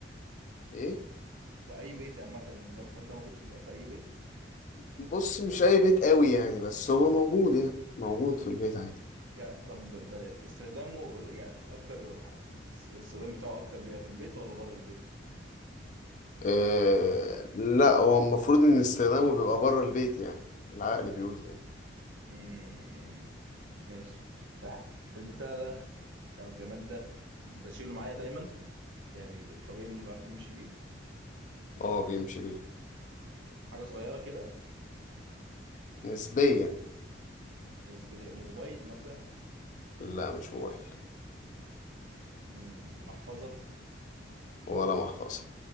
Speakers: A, on the left (about 40°); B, on the right (about 80°).
A: ايه
B: في أي بيت يعني عامة يعني الجماد ده موجود في, في أي بيت
A: بص مش اي بيت قوي يعني بس هو موجود يعني موجود في البيت عادي
B: يعني طب بلا استخدامه يعني أكتر ح- الاستخدام بتاعه أكتر بيبقى في البيت ولا بره البيت؟
A: آه لا هو المفروض ان استخدامه بيبقى بره البيت يعني العقل بيقول كده
B: امم ماشي الح- البتاع ده او الجماد ده بشيله معايا دايما يعني طبيعي ان الواحد بيمشي بيه
A: اه بيمشي بيه
B: حاجه صغيره كده
A: نسبيا
B: بالنسبه موبايل مثلا
A: لا مش موبايل
B: امم محفظه
A: ولا محفظة